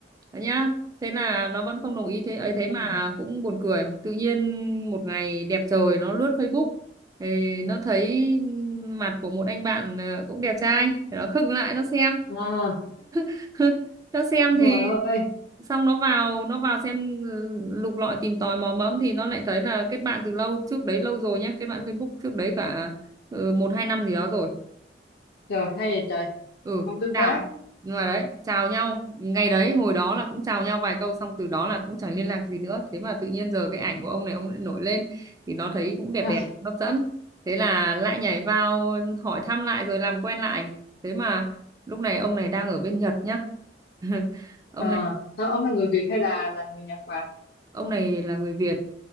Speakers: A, on the right; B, on the left.
A: Đấy nhá thế là nó vẫn không đồng ý thế
B: ừ,
A: ấy thế mà cũng buồn cười tự nhiên một ngày đẹp trời nó lướt Facebook thì nó thấy mặt của một anh bạn ờ, cũng đẹp trai thì nó khựng lại nó xem
B: à,
A: <laughs> cho xem thì
B: trời ơi
A: xong nó vào nó vào xem ừ, lục lọi tìm tòi mò mẫm thì nó lại thấy là kết bạn từ lâu trước đấy lâu rồi nhá kết bạn Facebook trước đấy cả ừ, một hai năm gì đó rồi
B: trời hay vậy trời
A: ừ
B: mà không tương
A: chào
B: tác
A: nhưng mà đấy chào nhau ngày đấy hồi đó là cũng chào nhau vài câu xong từ đó là cũng chẳng liên lạc gì nữa thế mà tự nhiên giờ cái ảnh của ông này ông lại nổi lên thì nó thấy cũng đẹp
B: <laughs>
A: đẹp hấp dẫn thế là lại nhảy vào hỏi thăm lại rồi làm quen lại thế mà lúc này ông này đang ở bên Nhật nhá <laughs> ông
B: à,
A: này
B: à, ông là người Việt hay là là người Nhật bà
A: ông này là người Việt